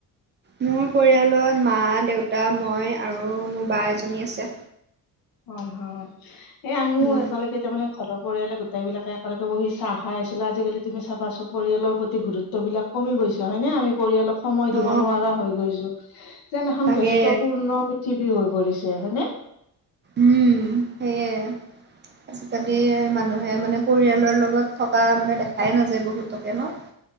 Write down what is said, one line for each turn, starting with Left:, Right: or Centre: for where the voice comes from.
Right: মোৰ পৰিয়ালত মা দেউতা মই আৰু মোৰ বা এজনী আছে
Left: হয় হয় এ মোৰ
Right: উম
Left: একেলগে তাৰমানে ঘৰৰ পৰিয়ালে গোটেইবিলাকে একেলগে বহি চাহ খাই আছিলো আজিকালি তুমি চাবাছো পৰিয়ালৰ প্ৰতি গুৰুত্ব ত্ব বিলাক কমি গৈছে হয়নে আমি পৰিয়ালক সময়
Right: অ
Left: দিব নোৱাৰা হৈ গৈছো যেন এখন
Right: তাকে
Left: ব্যস্তপূৰ্ণ পৃথিৱী হৈ পৰিছে হয়নে
Right: উম সেইয়ে আজিকালি মানুহে মানে পৰিয়ালৰ লগত থকা মানে দেখাই নাযায় বহুতকে ন